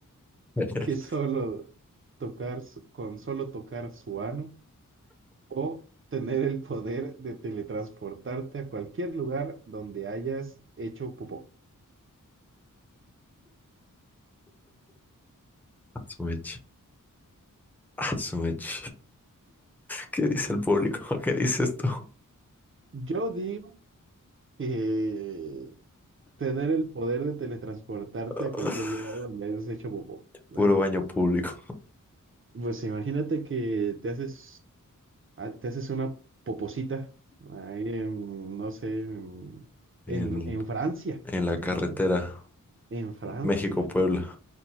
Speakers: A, in the centre; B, on the right.
A: <laughs>
B: que solo tocar su- con solo tocar su ano o tener el poder de teletransportarte a cualquier lugar donde hayas hecho popó?
A: Asumech, asumech. ¿Qué dice el público? <laughs> ¿Qué dices tú?
B: Yo digo que tener el poder de teletransportarte
A: <laughs>
B: a cualquier lugar donde hayas hecho popó, la
A: Puro
B: verdad.
A: baño público
B: Pues imagínate que te haces Ah, Te haces una poposita ahí en, no sé, en,
A: en,
B: en- en Francia.
A: en la
B: ¡Ay!
A: carretera
B: En Francia,
A: México-Puebla.